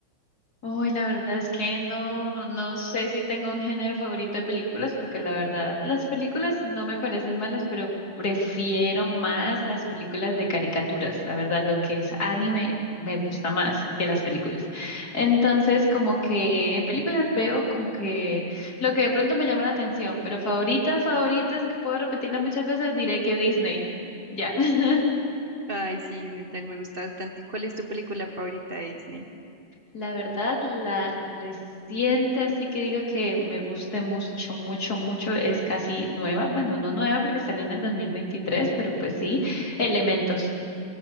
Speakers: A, on the left; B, on the right.
A: Uy, la verdad es que no, no sé si tengo un género favorito de películas, porque la verdad, las películas no me parecen malas, pero prefiero más las películas de caricaturas. La verdad, lo que es anime me gusta más que las películas. Entonces, como que en películas veo como que lo que de pronto me llama la atención, pero favoritas, favoritas, que puedo repetirlas muchas veces, diré que Disney. Ya. <laughs>
B: Ay, sí, Disney también me gusta bastante. ¿Y cuál es tu película favorita de Disney?
A: La verdad, la reciente, así que digo que me gusta mucho, mucho, mucho, es casi nueva. Bueno, no nueva porque salió en el 2023, pero pues sí, Elementos.